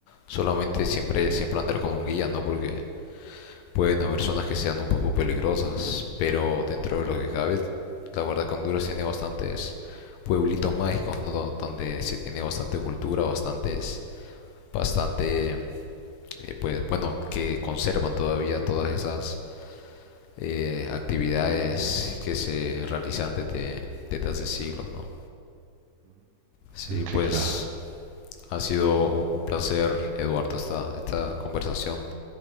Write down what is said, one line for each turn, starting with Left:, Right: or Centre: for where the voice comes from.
Left: solamente siempre, siempre andar con un guía, ¿no? Porque pueden haber zonas que sean un poco peligrosas, pero dentro de lo que cabe, la verdad que Honduras tiene bastantes pueblitos mágicos, ¿no? Do- Donde se tiene bastante cultura, bastantes, bastante, eh, pues, bueno, que conservan todavía todas esas eh, actividades que se realizan desde, desde hace siglos, ¿no? Sí,
Right: Ujú,
Left: pues
Right: Sí, claro.
Left: ha sido un, un placer, Eduardo, esta, esta conversación.